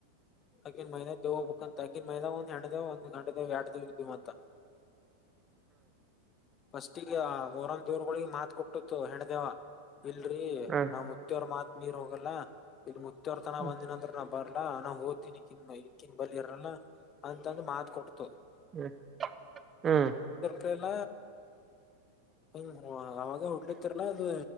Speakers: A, on the left; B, on the right.
A: ಆಗಿನ ಮೈದಾನ ದೇ ಹೋಗಬೇಕಕ್ಂತ ಆಕಿನ್ ಮೈದಾ ಒಂದ್ ಎಂಟದ ಒ್ ಗಂಟೆೇ್ ಎಡ್್ದ ಇದವ ಅಂತ
B: <unintelligible>
A: ಫಸ್ಟಗ ಮೂರೊಂದ್ ದೂರ್ಗಳಿಗೆ ಮಾತ್ ಕೊಟ್ಟಿತ್ತು ಹೆಂಡ್ದೇವ ಇಲ್ರರಿ
B: ಹ್ಮ್
A: ನಾ ಮುತ್ತೇವರ ಮಾತ್ ನೀರ್ ಹೋಗಲ್ಲ ಇಲ್ ರ್ ತನ
B: ಹ್ಮ್
A: ಬಂದ ನ್ರ ನ ಬರ್ ನಾ ಹದ ತ್ತಿನಿಕ್ಕನ್ ಇಕ್ಕಿನ ಬಲಿಯರಲ್ಲ ಅಂತಂದು ಮಾತ ಕೊಡ್ತು
B: ಹ್ಮ್ ಹ್ಮ್
A: ಲ್ಲ ಹ ಅವಾಗ ಹುಟ್ಲಿತ್ತರಲ್ಲ ಅದು